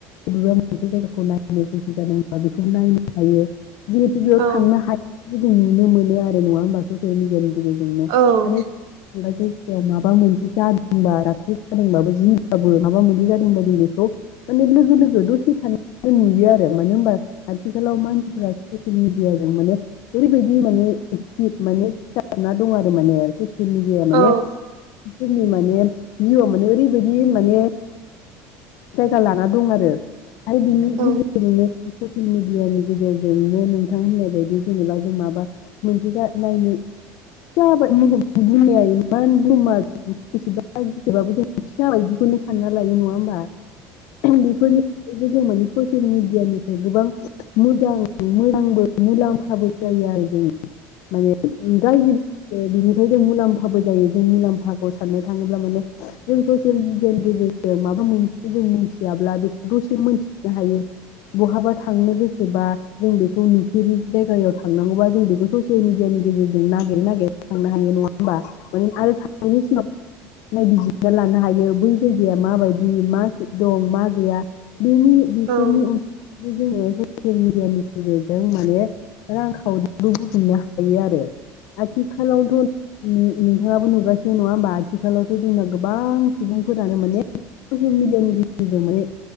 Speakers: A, on the left; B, on the right.
A: बबेबा मोनसे जायगाखौ नायनो गोसो जादोंबा बेखौ नायनो हायो । जिहेथु बेयाव
B: औ
A: थांनो हा बिदि नुनो मोनो आरो नङा होमबा ससियेल मेदियानि गेजेरजोंनो
B: औ
A: आरो <unintelligible> माबा मोनसे जादोंबा <unintelligible> जादोंबो जि बाबो माबा मोनसे जादों बेखौ माने लोगो लोगो दसे थाना नुयो आरो मानो होनबा आथिखालाव मानसिफोरा ससियेल मिडियाजों माने ओरैबायदि माने एक्टिभ माने सिथाबना दं आरो माने । मिदियाया माने
B: औ
A: जोंनि माने जिउआव माने ओरैबायदि माने जायगा लाना दं आरो । आरो बिनि
B: औ
A: गेजेरजोंनो ससियेल मिडियानि गेजेरजोंनो नोंथां होननाय बायदि जेनेबा जों माबा मोनसे नायनो फिसा बुंनाया इमान बहुमा बेसेबा गिदिरबाबो जों फिसा बायदिखौनो सानना लायो नङा होमबा? बेफोरनि जों माने ससियेल मिडियानिफ्राय गोबां मोजां मोजांबो मुलाम्फाबो जायो आरो जों माने <unintelligible> बिनि जों मुलाम्फाबो जायो जों मुलाम्फाखौ साननो थाङोब्ला माने जों ससियेल मिडियानि गेजेरजों माबा मोनसे जों मोनथियाब्ला बेखौ दसे मोनथिनो हायो बहाबा थांनो गोसोबा जों बेखौ नुफेरि जायगायाव थांनांगौबा जों बेखौ ससियेल मिडियानि गेजेरजों नागिरै नागिरै थांनो हायो नङा होमबा? आरो थांनायनि सिगां नायबिजिर ना लानो हायो बै जायगाया माबायदि मा दं मा गैया? बेनि बेफोरनि
B: औ
A: अन जोंङो ससेल मिडियानि गेजेरजों माने रां खावरिबो बुथुमनो हायो आरो । आथिखालावथ उम्म नोंथाङाबो नुगासिनो नङा होमबा आथिखालावथ जोंना गोबां सुबुंफोरानो माने ससेल मिडिया नि गेजेरजों माने